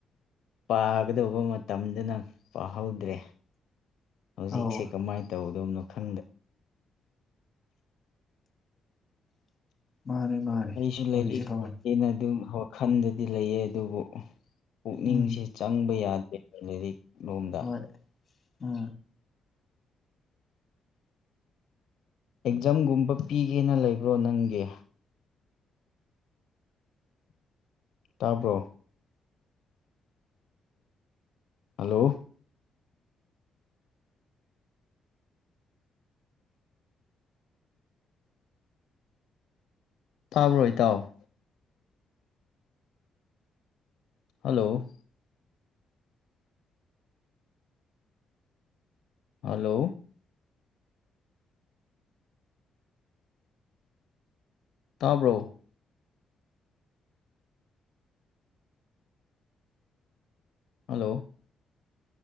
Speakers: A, on the left; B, on the left.
A: ꯄꯥꯒꯗꯧꯕ ꯃꯇꯝꯗꯅ ꯄꯥꯍꯧꯗꯦ ꯍꯧꯖꯤꯛꯁꯦ
B: ꯑꯧ
A: ꯀꯃꯥꯏ ꯇꯧꯗꯧꯅꯣ ꯈꯪꯗ꯭ꯔꯦ
B: ꯃꯥꯅꯤ ꯃꯥꯅꯤ
A: ꯑꯩꯁꯨ
B: ꯍꯧꯖꯤꯛꯁꯦ
A: ꯂꯥꯏꯔꯤꯛ
B: ꯀꯃꯥꯏ
A: ꯍꯦꯟꯅ ꯑꯗꯨꯝ ꯋꯥꯈꯜꯗꯗꯤ ꯂꯩꯌꯦ ꯑꯗꯨꯕꯨ ꯄꯨꯛꯅꯤꯡꯁꯦ
B: ꯎꯝ
A: ꯆꯪꯕ ꯌꯥꯗꯦ ꯂꯥꯏꯔꯤꯛ ꯂꯣꯝꯗ
B: ꯍꯣꯏ ꯎꯝ
A: ꯑꯦꯛꯖꯥꯝ ꯒꯨꯝꯕ ꯄꯤꯒꯦꯅ ꯂꯩꯕ꯭ꯔꯣ ꯅꯪꯒꯤ ꯇꯥꯕ꯭ꯔꯣ ꯍꯜꯂꯣ ꯇꯥꯕ꯭ꯔꯣ ꯏꯇꯥꯎ ꯍꯜꯂꯣ ꯍꯜꯂꯣ ꯇꯥꯕ꯭ꯔꯣ ꯍꯜꯂꯣ